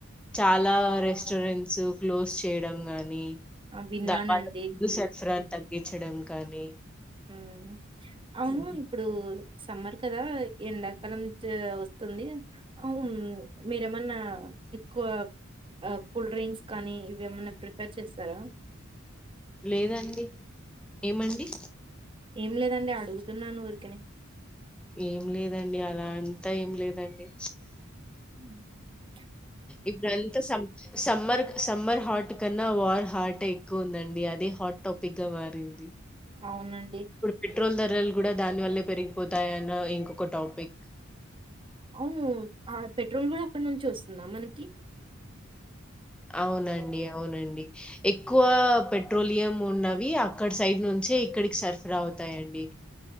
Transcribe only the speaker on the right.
ఆ! విన్నానండి.
ఉమ్ అవును
ఇప్పుడు సమ్మర్ కదా ఎండాకాలం వస్తుంది అవును మీరేమన్నా అ ఎక్కువ అ కూల్ డ్రింక్స్ కానీ ఇవి ఏమన్న ప్రిపేర్ చేస్తరా
ఏం లేదండి అడుగుతున్నాను ఊర్కనె
ఉమ్ ఛ
అవునండి
అవును ఆ పెట్రోల్ కూడా అక్కడ నుంచి వస్తుందా మనకి